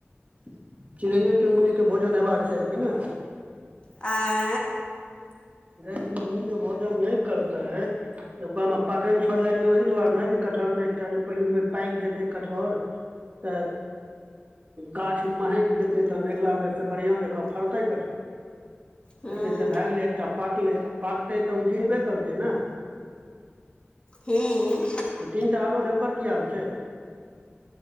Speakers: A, on the right; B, on the left.
A: चिड़ैयो-चुनमुनीके भोजन हेबाक चाही की नै?
B: आँ
A: चिड़ै-चुनमुनी जे भोजन नै करतै तऽ ओकर में पाकैल छोड़ले रहियै ओहि दुआर ने जे कटहर में एकटा जे पहिलुक बेर पैक जेतै कटहर तऽ गाछ महैक जेतै तहन ऐगला बेर से बढ़िआँ जकाँ फरतै कटहर।
B: हूँ
A: त से ते भे गेलै। त पाकलै पाकतै तऽ ओ गिरबे करतै न
B: हूँ
A: तऽ तीन टा आरो रै ओकर की आल चै?